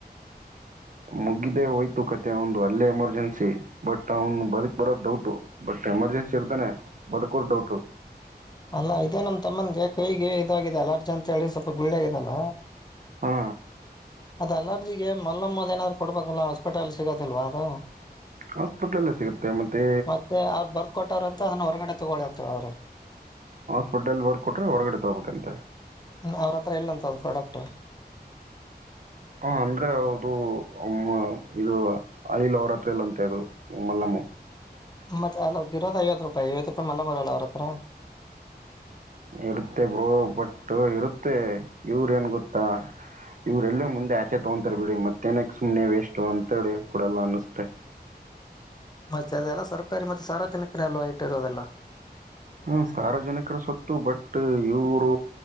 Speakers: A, on the left; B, on the right.
A: ಹ <inaudible>
B: ಮುಗಿದೇ ಹೋಯ್ತು ಕತೆ ಅವುಂದು ಅಲ್ಲೇ ಎಮರ್ಜೆನ್ಸಿ ಬಟ್ ಅವ್ನು ಬದುಕ್ ಬರೋ ಡೌಟು ಬಟ್ ಎಮರ್ಜೆನ್ಸಿ ಇರ್ತನೆ ಬದುಕೋದು ಡೌಟು.
A: ಅಲ್ಲಾ ಇದೆ ನಮ್ ತಮ್ಮನ್ಗೆ ಕೈಗೆ ಇದಾಗಿದೆ ಅಲರ್ಜಿ ಅಂತ ಹೇಳಿ ಸ್ವಲ್ಪ ಗುಳ್ಳೆ ಆಗಿದೆಲ್ಲ.
B: ಹಾ
A: ಅದ ಅಲರ್ಜಿಗೆ ಮಲ್ಲಮ್ಮದ ಏನಾದ್ರು ಕೊಡ್ಬೇಕಲ್ಲ. ಬಟ್ ಅಲ್ಲ ಸಿಗದಿಲ್ವಾ ಅದು.
B: ಹಾಸ್ಪಿಟ್ಲಲ್ಲೇ ಸಿಗುತ್ತೆ ಮತ್ತೆ
A: ಮತ್ತೆ ಅವರು ಬರ್ದಕೊಟ್ಟವ್ರಂತ ಅದನ್ನ ಹೊರ್ಗಡೆ ತಗೊಳ್ಳಿ ಅಂತ ಹೇಳರ ಅವ್ರ.
B: ಹಾಸ್ಪಿಟಲಲ್ಲಿ ಬರದ ಕೊಟ್ರೆ ಹೊರಗಡೆ ತೋಬೇಕಂತೆ.
A: ಅವ್ರ ಹತ್ರ ಇಲ್ಲಂತ ಅದ ಪ್ರಡೇಕ್ಟ್.
B: ಹಾ ಅಂದರೆೆ ಹೌದು ಅಮ ಇದು ಅಯಿಲ್ ಅವರತ್ರ ಇಲ್ ಅಂತೆ ಅದು ಮಲ್ಲಮು.
A: ಮತ್ ಅಲ ಇರೋದ ಐವತ್ ರೂಪಾಯಿ ಐವತ್ತು ರೂಪಾಯಿ ಮಲ್ಲಮಿರಲ್ಲ ಅವ್ರತ್ರ.
B: ಇರುತ್ತೆ ಬ್ರೋ ಬಟ್ಟು ಇರುತ್ತೆ ಇವರ ಏನ್ ಗೊತ್ತಾ. ಇವ್ರ ಎಲ್ಲೂ ಮುಂದೆ ಆಚೆ ತಗೊಂತಾರೆ ಬಿಡಿ ಮತ್ತೇನಕ್ ಸುಮ್ಮನೆ ವೇಸ್ಟ್ ಅಂತೇಳಿ ಕೊಡಲ್ಲ ಅನ್ನಸ್ತೆ.
A: ಮತ್ತೆ ಅದೆಲ್ಲ ಸರ್ಕಾರಿ ಮತ್ತೆ ಸಾರ್ವಜನಿಕರೆ ಅಲ್ವಾ ಇಟ್ಟಿರೋದೆಲ್ಲ.
B: ಹ್ಮ್ ಸಾರ್ವಜನಿಕರ ಸುತ ಇತ್ತು ಬಟ್ ಇವರು